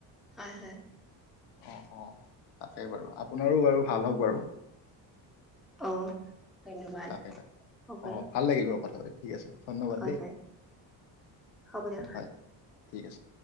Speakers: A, in the centre; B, on the left.
A: হয় হয়।
B: অ অ, তাকেই বাৰু আপোনাৰো বাৰু ভাল হওক বাৰু,
A: অ ধন্যবাদ।
B: তাকে তাকে
A: সকলো
B: অঁ ভাল লাগিল বাৰু কথা পাতি ঠিক আছে ধন্যবাদ
A: হয়
B: দেই
A: হয়। হ'ব দে,
B: হয় ঠিক আছে।